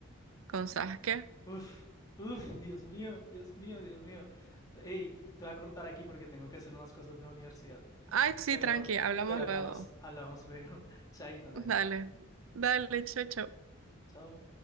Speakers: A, on the right; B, on the left.
A: con Sasuke?
B: Uf, uf, Dios mío, Dios mío, Dios mío. Ey, te voy a cortar aquí porque tengo que hacer unas cosas de la universidad.
A: Ay, sí,
B: Pero,
A: tranqui, hablamos
B: pero
A: luego.
B: hablamos, hablamos luego. <laughs> Chaito, Nadim.
A: Dale, dale, chocho.
B: Chao.